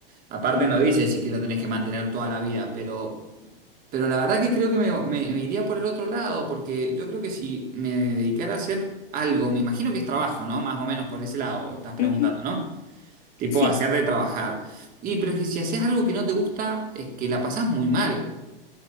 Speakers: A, on the right (about 30°); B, on the left (about 45°).
A: Aparte
B: ujú,
A: no dices si que lo tenés que mantener toda la vida, pero... Pero la verdad que creo que me, me- me iría por el otro lado, porque yo creo que si me dedicara a hacer algo, me imagino que es trabajo, ¿no? Más o menos por ese lado estás preguntando,
B: ujú.
A: ¿no? Tipo
B: Sí.
A: hacer de trabajar. Y pero es que si haces algo que no te gusta, es que la pasás muy mal.